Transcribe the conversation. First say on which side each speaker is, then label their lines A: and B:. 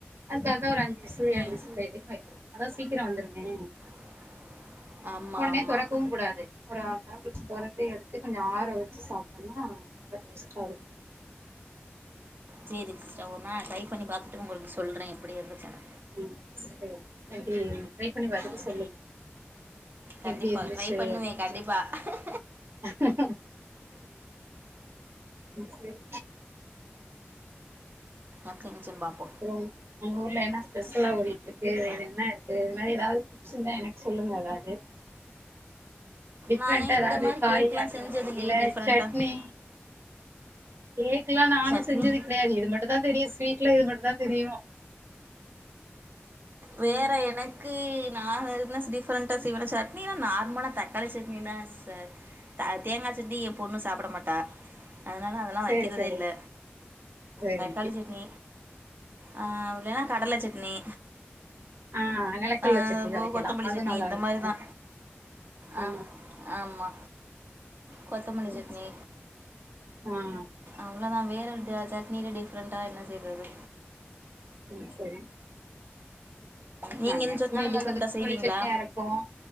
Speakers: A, on the right; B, on the right.
A: அதுக்காக தா ஒரு அஞ்சு விசுல் ஏழு
B: ம்
A: விசுல் எ வெக்கலா அதா சீக்கிரோ வெந்திருமே
B: <inaudible>
A: ஒன்னே
B: ஆமாம்
A: தொறக்கவு கூடாது ஒரு ஆஃப்ன்னவர் கழ்ச்சி தொறந்து எடுத்து கொஞ்சோ ஆற வச்சு சாப் ட்டோன்னா ரொம்ப டேஸ்ட்டா இருக்
B: சேரிங் சிஸ்டர் ஒரு நாள் ட்ரை பண்ணி பாத்துட்டு உங்களுக்கு சொல்ற எப்படி இருந்துச்சுன்னு
A: ம் சரி எப்டி இருந்துன் ட்ரை பண்ணி பாத்துட்டு
B: ம்
A: சொல்லுங்க
B: கண்டிப்பாக
A: எப்டி இருந்துச்சுன்ட்டு
B: ட்ரை பண்ணுவேன் கண்டிப்பாக
A: சேர் சேர்
B: ஓகேங்க சிம்பாப்
A: உங் உங்க ஊர்ல என்ன ஸ்பெஷலா ஓடிட்ருக்கு என்ன இருக்கு இது மாரி எதாவ் சின்னா எனக் சொல்லுங்க எதாவ்து டிஃப்ரெண்டா
B: நான்
A: எதாவ்து
B: இந்த மாதிரி
A: காய்
B: கேக்லாம்
A: அந்த
B: செஞ்சது
A: மாதிரி
B: இல்லையே
A: இல்ல
B: டிஃப்ரெண்ட்டாக
A: சட்னி கேக்குல்லா நானு
B: சட்னி
A: செஞ்சது கெடயாது இது மட்டு தா தெரியு ஸ்வீட்ல இது மட்டு தா தெரியு
B: வேற எனக் கு நா எதுன்னா டிஃப்ரெண்டா செய்வனா சட்னின்னா நார்மலா தக்காளி சட்னி தா சிஸ்டர் அ தேங்கா சட்னி என் பொண்ணு சாப்பிட மாட்டா அதனால அதெல்லா
A: சேரி
B: வைக்கிறதே
A: சேரி
B: இல்ல
A: சேரி
B: தக்காளி சட்னி ஆ இல்லன்னா கடல சட்னி
A: ஆ நெலக்கல்ல
B: அ
A: சட்னி
B: அப்புறோ
A: அரைக்கலா
B: கொத்தமல்லி
A: அது
B: சட்னி
A: நல்லா
B: இந்த
A: இருக்கு
B: மாரிதா
A: ஆ
B: அ ஆமா கொத்தமல்லி
A: சேரி
B: சட்னி
A: சேரி ஆ
B: அவ்ளோதா வேறெந்த சட்னியில டிஃப்ரெண்டா என்ன செய்றது
A: ம் சரி
B: நீங்கள்
A: நா மேக்சிமம்
B: என்ன சட்னி
A: நம்ம
B: டிஃப்ரெண்ட்டாக
A: அந்த கொத்தமல்லி
B: செய்வீங்களா
A: சட்னி அரைப் ப்போ